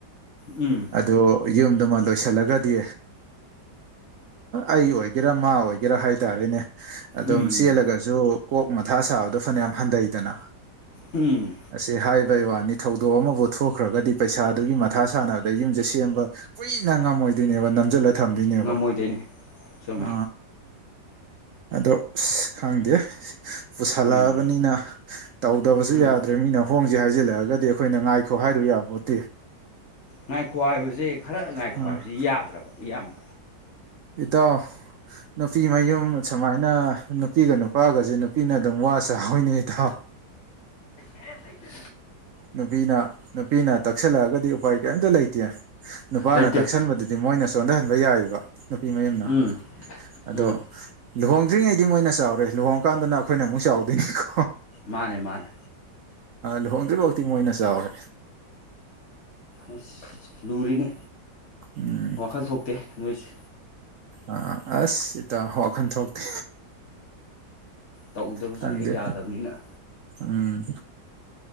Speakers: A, on the left (about 45°); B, on the right (about 65°).
A: ꯎꯝ
B: ꯑꯗꯨꯗꯣ ꯌꯨꯝꯗꯨꯃ ꯂꯣꯏꯁꯤꯜꯂꯒꯗꯤ ꯑꯩ ꯑꯣꯏꯒꯦꯔꯥ ꯃꯥ ꯑꯣꯏꯒꯦꯔꯥ ꯍꯥꯏꯇꯥꯔꯦꯅꯦ ꯑꯗꯨꯝ
A: ꯎꯝ
B: ꯆꯦꯜꯂꯒꯁꯨ
A: ꯎꯝ
B: ꯀꯣꯛ ꯃꯊꯥ ꯁꯥꯕꯗꯣ ꯐꯅꯌꯥꯝ ꯍꯟꯊꯩꯗꯅ
A: ꯎꯝ
B: ꯑꯁꯤ ꯍꯥꯏꯕꯩ ꯋꯥꯅꯤ ꯊꯧꯗꯣꯛ ꯑꯃꯕꯨ ꯊꯣꯛꯈ꯭ꯔꯒꯗꯤ ꯄꯩꯁꯥꯗꯨꯒꯤ ꯄꯊꯥ ꯁꯥꯟꯅꯕꯗ ꯌꯨꯝꯁꯦ ꯁꯦꯝꯕ ꯀꯨꯏꯅ ꯉꯝꯃꯣꯏꯗꯣꯏꯅꯦꯕ ꯅꯝꯁꯤꯜꯂ ꯊꯝꯗꯣꯏꯅꯦꯕ
A: ꯉꯝꯃꯣꯏꯗꯣꯏꯅꯦ ꯆꯨꯝꯃꯦ
B: ꯑ ꯑꯗꯣ ꯑꯁ ꯈꯪꯗꯦ ꯄꯨꯁꯜꯂꯛꯑꯕꯅꯤꯅ
A: ꯎꯝ
B: ꯇꯧꯗꯕꯁꯨ
A: ꯎꯝ
B: ꯌꯥꯗ꯭ꯔꯦ ꯃꯤꯅ ꯍꯣꯡꯁꯦ ꯍꯥꯏꯖꯤꯜꯂꯛꯑꯒꯗꯤ ꯑꯩꯈꯣꯏꯅ ꯉꯥꯏꯈꯣ ꯍꯥꯏꯔꯨ ꯌꯥꯕꯣꯠꯇꯤ
A: ꯉꯥꯏꯈꯣ ꯍꯥꯏꯕꯁꯦ ꯈꯔ ꯉꯥꯏꯈꯣ
B: ꯑꯥ
A: ꯍꯥꯏꯕꯁꯤ ꯌꯥꯗ꯭ꯔꯕ ꯏꯌꯥꯝꯕ
B: ꯏꯇꯥꯎ ꯅꯨꯄꯤ ꯃꯌꯨꯝ ꯁꯨꯃꯥꯏꯅ ꯅꯨꯄꯤꯒ ꯅꯨꯄꯥꯒꯁꯦ ꯅꯨꯄꯤ ꯅ ꯑꯗꯨꯝ ꯋꯥꯁꯦꯍꯅꯩ ꯊꯥꯎ
A: ꯀꯦꯝ ꯅ ꯀ
B: ꯅꯨꯄꯤꯅ ꯅꯨꯄꯤꯅ ꯇꯛꯁꯜꯂꯛꯑꯒꯗꯤ ꯎꯄꯥꯏ ꯀꯔꯤꯝꯇ ꯂꯩꯇꯦ ꯅꯨꯄꯥꯅ
A: ꯂꯩꯇꯦ
B: ꯇꯛꯁꯟꯕꯗꯨꯗꯤ ꯑꯗꯨ ꯃꯣꯏꯅ ꯁꯣꯟꯊꯍꯟꯕ ꯌꯥꯏꯑꯕ ꯅꯨꯄꯤ ꯃꯌꯨꯝꯅ
A: ꯎꯝ
B: ꯑꯗꯣ
A: ꯎꯝ
B: ꯂꯨꯍꯣꯡꯗ꯭ꯔꯤꯉꯩꯗꯤ ꯃꯣꯏꯅ ꯆꯥꯎꯔꯦ ꯂꯨꯍꯣꯡ ꯀꯥꯟꯗꯅ ꯑꯩꯈꯣꯏꯅ ꯑꯃꯨꯛ ꯆꯥꯎꯗꯣꯏꯅꯤꯀꯣ
A: ꯃꯥꯅꯦ ꯃꯥꯅꯦ
B: ꯂꯨꯍꯣꯡꯗ꯭ꯔꯤꯐꯥꯎꯇꯤ ꯃꯣꯏꯅ ꯆꯥꯎꯔꯦ
A: ꯑꯁ ꯂꯨꯔꯤꯅꯦ
B: ꯎꯝ
A: ꯋꯥꯈꯜ ꯊꯣꯛꯇꯦ ꯅꯣꯏꯁꯤ
B: ꯑ ꯑꯁ ꯏꯇꯥꯎ ꯋꯥꯈꯟ ꯊꯣꯛꯇꯦ
A: ꯇꯧꯗꯕꯁꯨ
B: ꯈꯪꯗꯦ
A: ꯍꯦꯛ ꯌꯥꯗꯕꯅꯤꯅ
B: ꯎꯝ